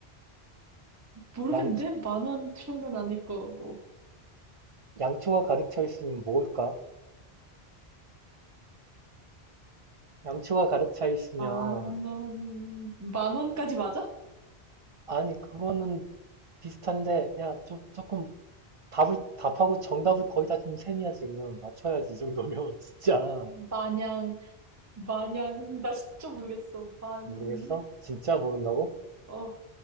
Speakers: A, on the right; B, on the right.
A: 모르겠는데?
B: 양,
A: 만 원, 천 원은 아닐 거고.
B: 양초가 가득 차 있으면 뭘까? 양초가 가득 차 있으면,
A: 만 원, 만 원까지 맞아?
B: 아니, 그거는 비슷한데, 야, 조, 조금, 답을, 답하고 정답을 거의 다 준 셈이야, 지금. 맞춰야지, 이 정도면. <laughs> 진짜.
A: 마냥, 마냥, 나 진짜 모르겠어. 만,
B: 모르겠어? 진짜 모른다고?
A: 어,